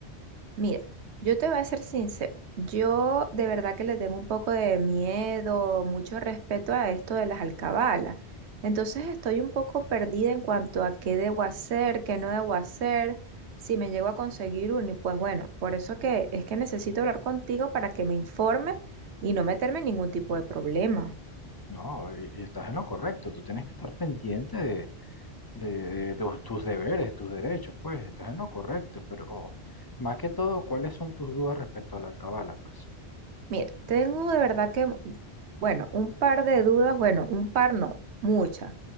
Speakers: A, on the right (about 80°); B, on the left (about 25°).
A: Mira, yo te voy a ser sincero. Yo de verdad que le tengo un poco de miedo, mucho respeto a esto de las alcabalas. Entonces estoy un poco perdida en cuanto a qué debo hacer, qué no debo hacer, si me llego a conseguir uno. Y pues bueno, por eso que es que necesito hablar contigo para que me informe y no meterme en ningún tipo de problema.
B: No, y, y estás en lo correcto, tú tienes que estar pendiente de, de- de- de tus deberes, tus derechos, pues, estás en lo correcto, pero oh, más que todo, ¿cuáles son tus dudas respecto a la alcabala, pues?
A: Mira, tengo de verdad que, bueno, un par de dudas, bueno, un par no, muchas,